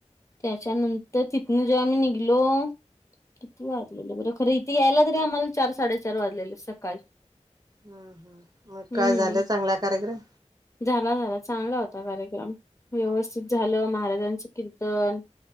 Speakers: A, on the left; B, on the right.
A: त्याच्यानंतर तिथन जेव्हा आम्ही निघ लो किती वाजलेले बरं खरं इथे यायला तरीे आम्हाला चार साडेचार वाजलेले सकाळी
B: हम् हम मग
A: हम्म.
B: काय झालं चांगल्या कार्यक्रम,
A: झाला झाला चांगला होता कार्यक्रम व्यवस्थित झालं. महाराजांचं कीर्तन,